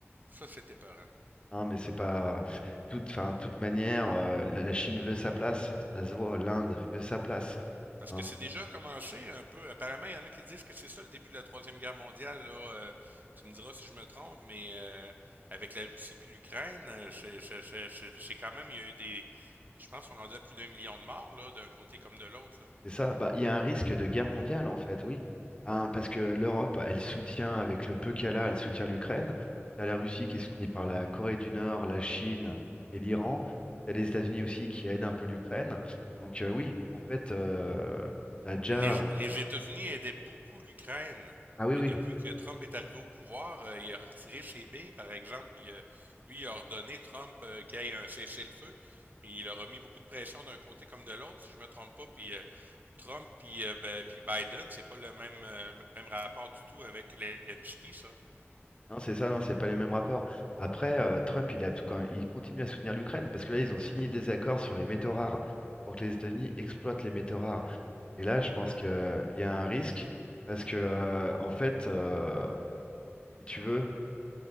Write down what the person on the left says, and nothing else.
Hein, mais c'est pas pff, toute, enfin, toute manière, euh, la, la Chine veut sa place, ça se voit, l'Inde veut sa place,
hein.
C'est ça. Bah, il y a un risque de guerre mondiale en fait, oui, Hein, parce que l'Europe, elle soutient avec le peu qu'elle a, elle soutient l'Ukraine. T'as la Russie qui est soutenue par la Corée du Nord, la Chine et l'Iran. T'as les États-Unis aussi qui aident un peu l'Ukraine. Donc euh, oui, en fait, euh,
t'as déjà.
Ah oui,
oui.
Non, c'est ça, non, c'est pas les mêmes rapports. Après, euh, Trump, il a, quand, il continue à soutenir l'Ukraine parce que là, ils ont signé des accords sur les métaux rares pour que les États-Unis exploitent les métaux rares. Et là, je pense qu'il y a un risque parce que, euh, en fait, euh, si tu veux,